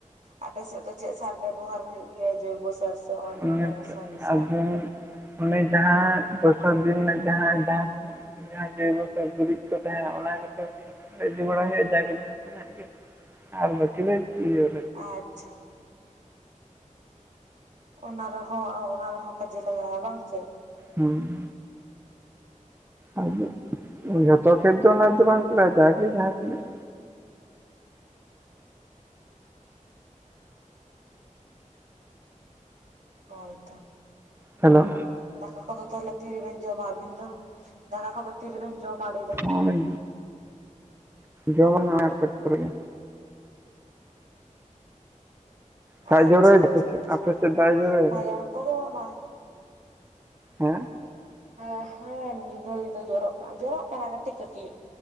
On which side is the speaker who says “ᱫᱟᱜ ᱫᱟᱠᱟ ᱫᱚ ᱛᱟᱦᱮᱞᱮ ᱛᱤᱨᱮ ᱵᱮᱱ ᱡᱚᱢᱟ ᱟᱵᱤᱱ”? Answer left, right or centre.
Right